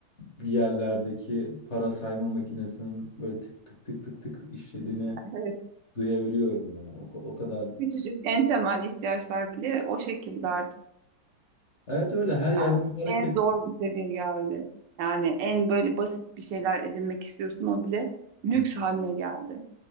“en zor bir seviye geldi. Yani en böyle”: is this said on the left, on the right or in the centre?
Right